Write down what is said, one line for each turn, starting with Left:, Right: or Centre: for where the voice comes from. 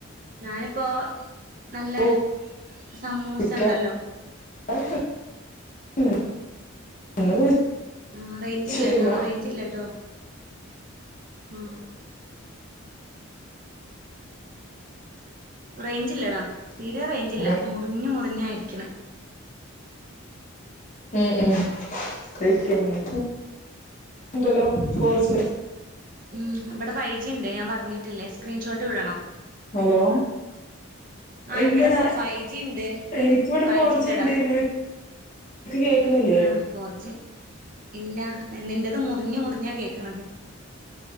Right: ഞാനിപ്പോ നല്ല
Left: ഓ
Right: സമ്മൂസ
Left: കുടിക്കാറൊക്കെ
Right: ഇണ്ടല്ലോ
Left: <unintelligible> ഉണ്ട് ഇന്ന്
Right: ഉം റേഞ്ച്ല്ലട്ടോ
Left: കുടിച്ചിട്ടില്ല
Right: റേഞ്ച്ല്ലട്ടോ ഉം. റേയ്ഞ്ചില്ലടാ തീരെ റേഞ്ചില്ല
Left: ഉം
Right: മുർ ഞ്ഞ് മുർഞ്ഞായിരിക്ക്ണെ.
Left: ഉം ഉം കഴിക്കാര്ന്നു. ഇണ്ടല്ലോ ഫോർ ജി
Right: ഉം ഇവടെ ഫൈവ് ജിണ്ട് ഞാൻ പർഞ്ഞിട്ടില്ലേ സ്ക്രീൻഷോട്ട് വിടണോ?
Left: ഹലോ
Right: ആഹ്
Left: എന്തെട
Right: ഇവിടെ ഫൈവ് ജി ഉണ്ട്
Left: എനിക്കിവിടെ
Right: ഫൈവ്
Left: ഫോർജിണ്ട്
Right: ജി ഉണ്ടടാ
Left: നിന ക്ക് കേക്ക്ണില്ലേ?
Right: ആഹ് ഫോർജി ഇല്ല നിന്റെത് മുർ ഞ്ഞ് മുർഞ്ഞാ കേക്ക്ണത്.